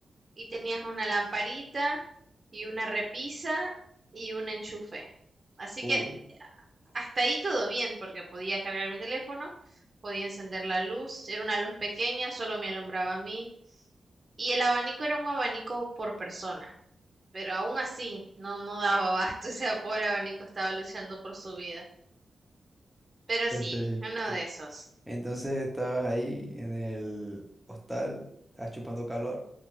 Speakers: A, on the right; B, in the centre.
A: y tenías una lamparita y una repisa y un enchufe. Así
B: Uh,
A: que hasta ahí todo bien, porque podía cargar mi teléfono, podía encender la luz, era una luz pequeña, solo me alumbraba a mí, y el abanico era un abanico por persona, pero aún así no, no daba <laughs> abasto, o sea, pobre abanico estaba luchando por su vida. Pero
B: entonces.
A: sí, uno de esos.
B: Entonces estabas ahí en el hostal, estabas chupando calor.